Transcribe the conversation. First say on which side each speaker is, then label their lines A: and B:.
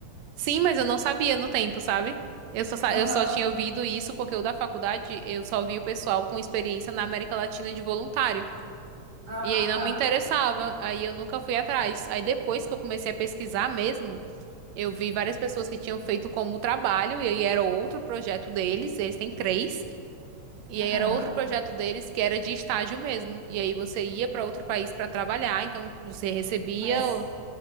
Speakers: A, on the right; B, on the right.
A: Sim, mas eu não sabia no tempo, sabe? Eu só, sa-
B: Aham.
A: eu só tinha ouvido isso porque o da faculdade eu só vi o pessoal com experiência na América Latina de voluntário.
B: Ah,
A: E aí não
B: tá.
A: me interessava, aí eu nunca fui atrás. Aí depois que eu comecei a pesquisar mesmo, eu vi várias pessoas que tinham feito como trabalho, e aí era outro projeto deles, eles têm três, e
B: Aham.
A: aí era outro projeto deles que era de estágio mesmo. E aí você ia para outro país para trabalhar, então você recebia,
B: Mas